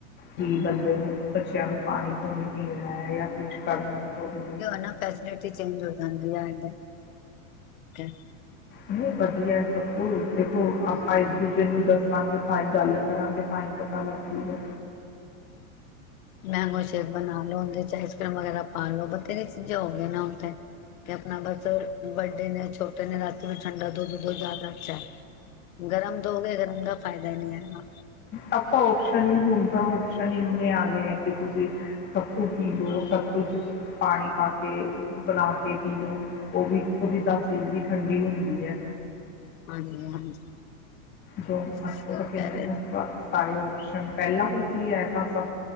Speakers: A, on the left (about 25°); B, on the left (about 75°).
A: ਕੀ
B: ਹੂੰ।
A: ਬੰਦੇ ਨੂੰ, ਬੱਚਿਆਂ ਨੂੰ ਪਾਣੀ ਪੂਣੀ ਪੀਣਾ ਹੈ ਜਾਂ ਕੁਛ ਕਰਨਾ ਹੈ? ਤਾਂ ਉਹਦੇ ਲਈ
B: ਨਾ ਫੈਸਿਲਟੀ ਫੇਸ਼ੀਲਿਟੀ ਚੰਗੀ ਹੋਏ। <unintelligible>
A: ਨਹੀਂ, ਵਧੀਆ ਸਗੋਂ! ਦੇਖੋ, ਆਪਾਂ
B: ਹੂੰ।
A: ਇੱਕ-ਦੂਜੇ ਨੂੰ ਦੱਸਾਂਗੇ। ਤਾਂ ਹੀ ਗੱਲ ਕਰਾਂਗੇ, ਤਾਂ ਹੀ ਪਤਾ ਲੱਗੂਗਾ।
B: ਮੈਂਗੋ ਸ਼ੇਕ ਬਣਾ ਲਓ, ਉਹਦੇ ਚ ਆਈਸਕ੍ਰੀਮ ਵਗੈਰਾ ਪਾ ਲੋ। ਬਥੇਰੀਆਂ ਚੀਜ਼ਾਂ ਹੋ ਗਈਆਂ ਨੇ ਹੁਣ ਤੇ। ਕਿ ਆਪਣਾ ਬਸ-ਵੱਡੇ ਨੇ, ਛੋਟੇ ਨੇ ਰਾਤੀ ਵੀ ਠੰਡਾ ਦੁੱਧ ਦੋ। ਜ਼ਿਆਦਾ ਅੱਛਾ ਹੈ ਗਰਮ ਦੋਗੇ, ਗਰਮ ਦਾ ਫਾਇਦਾ। <unintelligible> ਦੇ ਲਈਏ ਹਾਂ
A: ਆਪ ਤਾਂ ਓਪਸ਼ਨ ਹੀ ਹੁਣ ਤਾਂ ਓਪਸ਼ਨ ਹੀ ਇਤਨੇ ਆ ਗਏ ਹੈ ਕਿ ਤੁਸੀਂ ਸੱਤੂ ਪੀ ਲਓ, ਸੱਤੂ 'ਚ ਪਾਣੀ ਪਾ ਕੇ ਬਣਾ ਕੇ ਪੀ ਲਓ। ਉਹ ਵੀ ਉਹਦੀ ਤਾਸੀਰ ਵੀ ਠੰਡੀ ਹੁੰਦੀ ਐ।
B: ਹਾਂਜੀ -ਹਾਂਜੀ
A: ਜੋਨ
B: ਸਹੀ
A: ਅਕਨੇ
B: ਕਹਿ ਰਹੇ
A: <unintelligible> ਸਾਰੇ ਆਪਸ਼ਨ ਪਹਿਲਾਂ ਵੀ ਸੀ ਇਹ ਤਾਂ ਸਭ